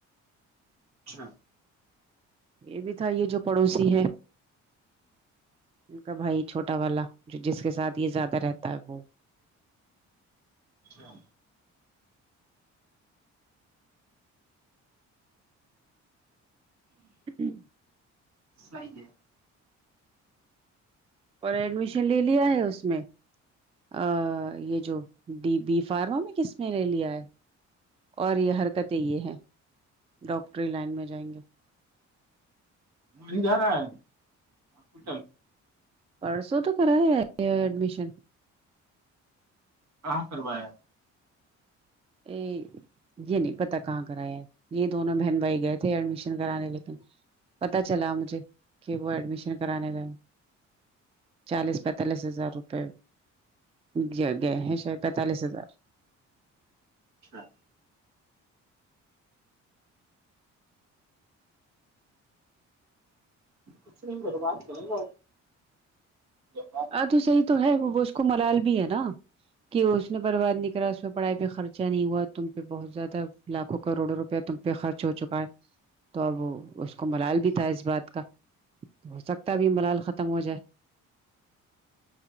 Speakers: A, on the right; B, on the right.
A: اچھا
B: یہ بھی تھا یہ جو پڑوسی ہے ان کا بھائی چھوٹا والا جو جس کے ساتھ یہ زیادہ رہتا ہے وہ
A: اچھا
B: <inaudible>
A: صحیح ہے
B: اور ایڈمیشن لے لیا ہے اس میں ا یہ جو ڈ بی فارما میں کس نے لے لیا ہے اور یہ حرکتیں یہ ہے ڈاکٹری لائن میں جائیں گے
A: وہ نی جا رہا ہے ہاسپٹل
B: پرسوں تو کرایا ہے یہ ایڈمیشن
A: کہاں کروایا
B: اے یہ نہیں پتا کہاں کرا ہے یہ دونوں بہن بھائی گئے تھے ایڈمیشن کرانے لیکن پتا چلا مجھے کہ وہ ایڈمیشن کرانے گئے چالیس پینتالیس ہزار روپئے جگ ہے شاید پینتالیس ہزار
A: اچھا کچھ نہیں کرو بات کرو نا بات
B: ہاں تو صحیح تو ہے وہ وہ اس کو ملال بھی ہے نا کہ اس نے برباد نہیں کرا اس میں پڑھائی پہ خرچہ نہیں ہوا تم پہ بہت زیادہ لاکھوں کروڑوں روپئے پ تم پہ خرچ ہو چکا ہے تو اب اس کو ملال بھی تھا اس بات کا ہو سکتا ہے آب یہ ملال ختم ہو جائے